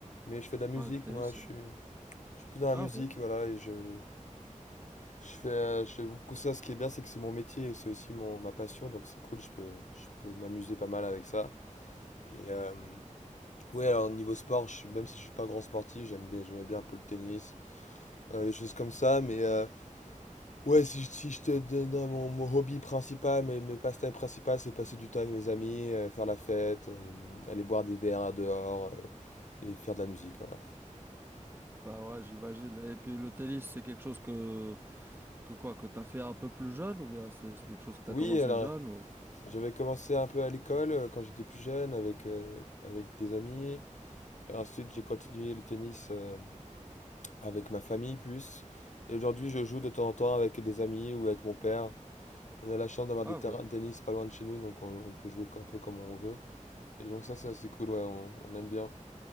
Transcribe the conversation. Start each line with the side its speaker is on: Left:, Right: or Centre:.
Left: Mais je fais de la musique,
Right: Ah, le tennis,
Left: moi je
Right: c'est-
Left: suis, je suis plus dans la
Right: Ah,
Left: musique,
Right: ok.
Left: voilà, et je, je fais, euh, je fais beaucoup ça. Ce qui est bien, c'est que c'est mon métier et c'est aussi mon, ma passion, donc c'est cool, je peux, je peux m'amuser pas mal avec ça. Et euh, ouais, alors niveau sport, je suis- même si je suis pas un grand sportif, j'aime bien, j'aimais bien un peu le tennis euh, des choses comme ça. Mais euh, ouais, si, je- si je te donne mon, mon hobby principal, mes, mes passe-temps principaux, c'est passer du temps avec mes amis, euh, faire la fête, euh, aller boire des verres dehors euh, et faire de la musique, voilà.
Right: Bah ouais, j'imagine. Et puis le tennis, c'est quelque chose que, que quoi, que t'as fait un peu plus jeune ou bien c'est c'est quelque chose que t'as
Left: Oui,
Right: commencé
Left: alors
Right: jeune ou...
Left: j'avais commencé un peu à l'école euh, quand j'étais plus jeune avec, euh, avec des amis. Et ensuite, j'ai continué le tennis euh, avec ma famille plus. Et aujourd'hui, je joue de temps en temps avec des amis ou avec mon père. On a la chance d'avoir
Right: Ah
Left: des terrains
Right: ok.
Left: de tennis pas loin de chez nous, donc on, on peut jouer un peu comme on veut. Et donc ça, c'est assez cool, ouais, on, on aime bien.